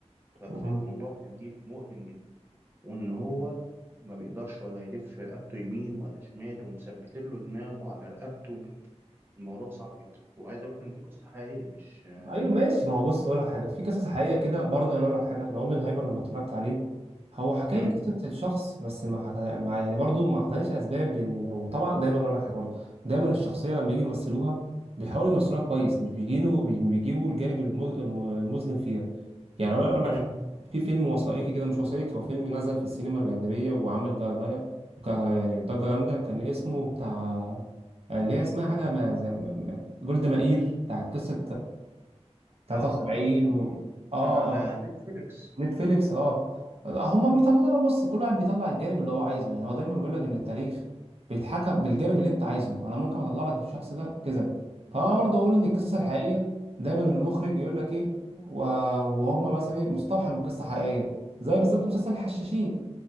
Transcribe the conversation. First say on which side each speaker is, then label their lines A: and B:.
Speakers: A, on the right (about 20°); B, on the right (about 60°).
A: ف- فالموضوع
B: مم.
A: كان ايه مؤلم جدا وان هو ما بيقدرش ولا يلف رقبته يمين ولا شمال ومثبت له دماغه على رقبته ب- الموضوع صعب جدا وعايز اقول لك ان دي قصة حقيقية مش آه،
B: ايوه ماشي ما هو بص اقول لك حاجه في قصص حقيقيه كده برضه انا اقول لك حاجه انا اوبن هايبر لما اتفرجت عليه هو حكى
A: مم.
B: لي قصه الشخص بس ما حكى ما يعني برضه ما اعطانيش اسباب إن- وطبعا دايما اقول لك حاجه برضه دايما الشخصيه لما بيجي يمثلوها بيحاولوا يمثلوها كويس مش بيجينوا بي- بيجيبوا الجانب المز- الم- المظلم فيها يعني انا اقول لك
A: مم.
B: حاجة، في فيلم وثائقي كده مش وثائقي هو فيلم نزل في السينما الاجنبيه وعمل جدايه يعني ضجه جامده كان اسمه بتاع اللي هي اسمها حاجه ما زي- ما- ما- جولدا مائير بتاعت قصه 73
A: اه اه دي
B: و... اه
A: كان على نتفليكس
B: نتفليكس اه هما بيطلعوا بص كل واحد بيطلع الجانب اللي هو عايزه يعني هو دايما بيقول لك ان التاريخ بيتحكم بالجانب اللي انت عايزه انا ممكن اطلع لك في الشخص ده كذا فانا برضه اقول ان القصه الحقيقيه
A: طبعا
B: دايما المخرج يقول لك ايه و- وهم مثلا ايه مستوحى من قصه حقيقيه زي بالظبط مسلسل الحشاشين